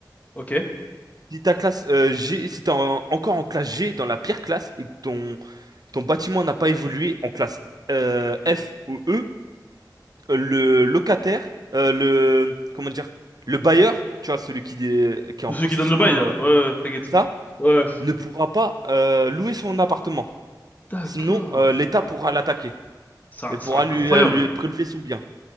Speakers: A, on the left; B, on the right.
A: Ok.
B: Si ta classe euh, G, si t'es en- encore en classe G dans la pire classe et que ton, ton bâtiment n'a pas évolué en classe euh, F ou E, euh, le locataire, euh, le, comment dire, le bailleur, tu vois, celui qui est, qui est en
A: Celui
B: possession,
A: qui donne le bail, là.
B: euh,
A: Ouais, ouais, t'inquiète.
B: c'est ça,
A: Ouais.
B: ne pourra pas euh, louer son appartement.
A: D'accord.
B: Sinon, euh, l'État pourra l'attaquer
A: Ça-
B: et pourra
A: C'est incroyable.
B: lui, euh, lui prélever son bien.